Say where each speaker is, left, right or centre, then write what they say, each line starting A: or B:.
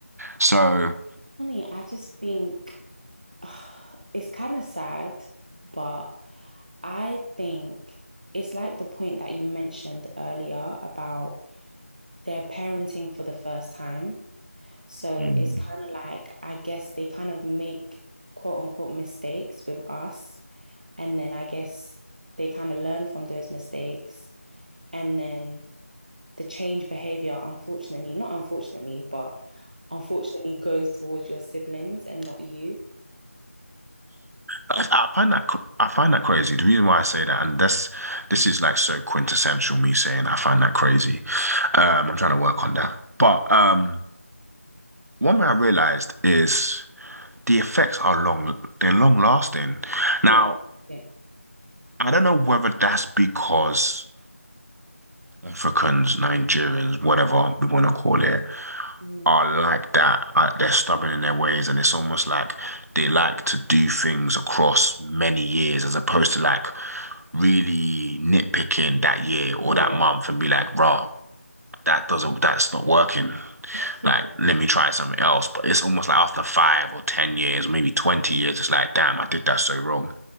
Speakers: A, on the right; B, on the right.
A: So,
B: Funny, I just think <sighs> uh, it's kind of sad, but I think it's like the point that you mentioned earlier about their parenting for the first time. So
A: Mm.
B: it's kind of like, I guess they kind of make quote unquote mistakes with us. And then I guess they kind of learn from those mistakes. And then the change behavior, unfortunately, not unfortunately, but unfortunately goes towards your siblings and not you.
A: I, I find that cr- I find that crazy. The reason why I say that, and this this is like so quintessential me saying I find that crazy. Um, I'm trying to work on that. But um, one thing I realized is the effects are long, they're long lasting. Now,
B: Yeah. Yeah.
A: I don't know whether that's because Africans, Nigerians, whatever we want to call it,
B: Mm.
A: are like that. Uh, they're stubborn in their ways, and it's almost like they like to do things across many years as opposed to like really nitpicking that year or
B: <laughs>
A: that month and be like, rah, that doesn't, that's not working.
B: Yeah.
A: Like,
B: <laughs>
A: let me try something else. But it's almost like after five or 10 years, or maybe 20 years, it's like, damn, I did that so wrong.